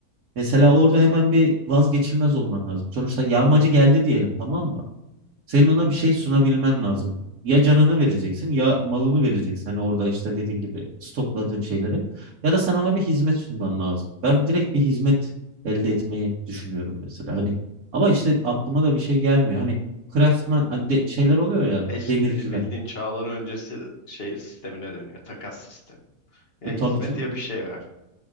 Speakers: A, on the right (about 70°); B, on the left (about 40°).
A: Mesela orada hemen bir vazgeçilmez olman lazım. Sonuçta yağmacı geldi diyelim tamam mı? Senin
B: hı hı.
A: ona bir şey sunabilmen lazım. Ya canını vereceksin ya malını vereceksin. Hani orada işte dediğin gibi stokladığın şeyleri. Ya da sen ona bir hizmet sunman lazım. Ben direkt bir hizmet elde etmeyi düşünüyorum mesela. Hani ama işte aklıma da bir şey gelmiyor. Hani craftman hani de- şeyler oluyor ya
B: Eski
A: demirciler.
B: bildiğin çağlar öncesi şey sistemine dönüyor. Takas sistemi. Ya
A: E, tabii
B: hizmet
A: canım.
B: ya bir şey ver.